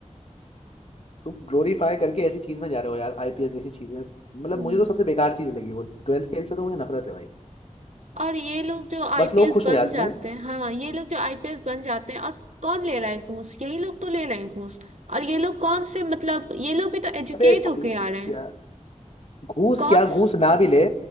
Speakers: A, on the left; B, on the right.
A: तुम ग्लोरीफाई करके ऐसी चीज में जा रहे हो यार आईपीएस जैसी चीज में मतलब
B: हम्म।
A: मुझे तो सबसे बेकार चीज लगी वो ट्वेल्थ फेल से तो मुझे नफरत है भाई
B: और ये लोग जो आईपीएस
A: बस लोग खुश
B: बन
A: हो जाते
B: जाते
A: हैं
B: हैं हाँ ये लोग जो आईपीएस बन जाते हैं और कौन ले रहा है घूस यही लोग तो ले रहे हैं घूस और ये लोग कौन से मतलब ये लोग भी तो एजुकेट
A: अबे घूस
B: होके आ रहे हैं
A: यार घूस
B: कौन
A: क्या घूस
B: स-
A: ना भी ले